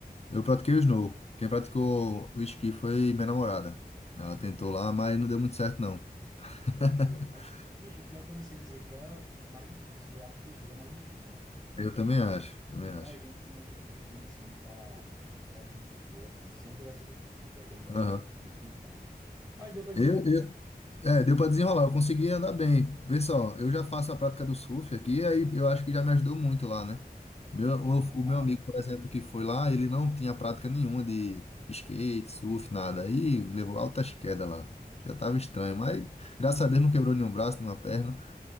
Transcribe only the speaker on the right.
E é, bicho, pior que eu não sei dizer qual é o mais difícil. Eu acho que o snow é o mais difícil, né?
Pra gente que não tem costume, assim, de estar tá praticando esse esporte, sempre vai ser difícil, independente do
que a gente tentar, né? Mas deu para desenrolar.
Ah,
pô,